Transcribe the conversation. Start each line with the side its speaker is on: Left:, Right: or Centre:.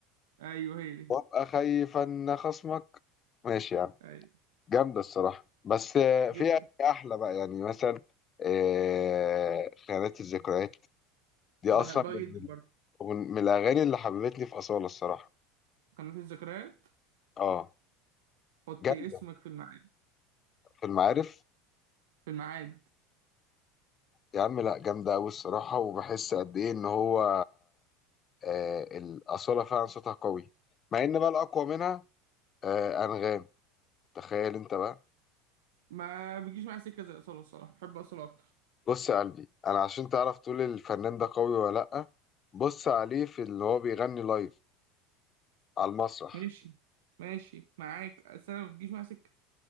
Right: أيوه هي دي
Left: وأبقى خايف أن خصمك ماشي يا عم
Right: أيوه
Left: جامدة الصراحة بس آه،
Right: جدا
Left: في أحلى بقى يعني مثلا آه، خيانات الذكريات دي
Right: بحبها
Left: أصلا من
Right: جدا برضه
Left: من من الأغاني اللي حببتني في أصالة الصراحة
Right: قناة الذكريات
Left: آه
Right: حطي
Left: جامدة
Right: اسمك في الميعاد
Left: في المعارف
Right: في الميعاد
Left: يا عم لا جامدة أوي الصراحة وبحس قد إيه إن هو آه الأصالة فعلا صوتها قوي مع إن بقى الأقوى منها آه أنغام تخيل أنت بقى
Right: ما بتجيش معايا سكة زي أصالة الصراحة بحب أصالة أكتر
Left: بص يا قلبي أنا عشان تعرف تقول الفنان ده قوي ولا لأ بص عليه في اللي هو بيغني لايف على المسرح
Right: ماشي ماشي معاك بس أنا ما بتجيش معايا سكة